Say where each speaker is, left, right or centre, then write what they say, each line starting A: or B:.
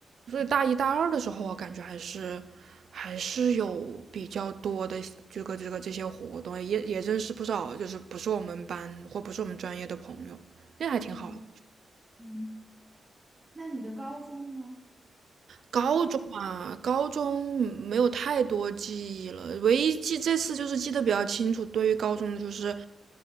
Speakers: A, on the right; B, on the right.
A: 所以大一大二的时候我感觉还是还是有比较多的这个这个这些活动，也也认识不少就是不是我们班或不是我们专业的朋友，那还挺好的。
B: 嗯嗯，那你的高中呢？
A: 高中嘛，
B: 你高中
A: 高中没有太多记忆了，唯一记这次就是记得比较清楚，对于高中的就是，